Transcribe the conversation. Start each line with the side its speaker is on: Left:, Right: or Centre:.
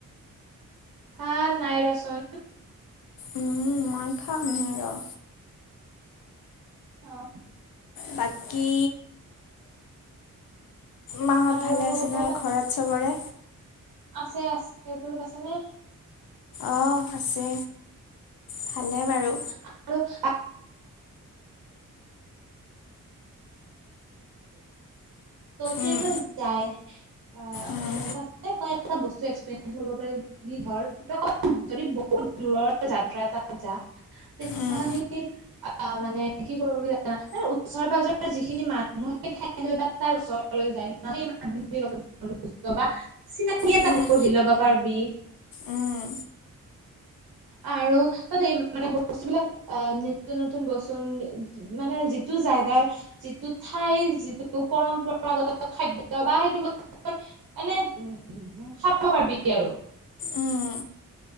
Right: ভাত নাই ৰচোন
Left: উম, খাম হে ৰ'
Right: অহ,
Left: বাত কি মাহত
Right: আৰু
Left: ভালে আছে নহয়
Right: তাক
Left: ঘৰত চবৰে?
Right: আছে -আছে তোৰ আছে নে?
Left: অহ, আছে। ভালে
Right: অ
Left: বাৰু
Right: ', আৰু <unintelligible> ত' ট্ৰেইনত
Left: উম,
Right: যাই মানে
Left: উম,
Right: তাতে তই এটা বস্তু এক্সপেৰিয়েঞ্চ কৰিব পাৰি, বুলি ধৰ কবাত যদি বহুত দূৰৰ যাত্ৰা এটা, যা তেতিয়াহ'লি
Left: উম,
Right: আহ, মানে কি কৰবি ওচৰে পাজৰে যিখিনি মানুহ সেই ঠাইলৈ বা তাৰ ওচৰলৈ যায় ন' সেই মানুহখিনিৰ লগত বা চিনাকি এটা
Left: উম,
Right: গঢ়ি লবা পাৰবি।
Left: উম,
Right: আৰু তাত এই মানে বস্তুবিলাক আহ, নতুন নতুন বস্তু মানে যিটো জাগাৰ যিটো ঠাইৰ যিটো পৰম্পৰাগত খাদ্য বা সেইটো বস্তুই মানে উম, খাব পাৰি আৰু।
Left: উম।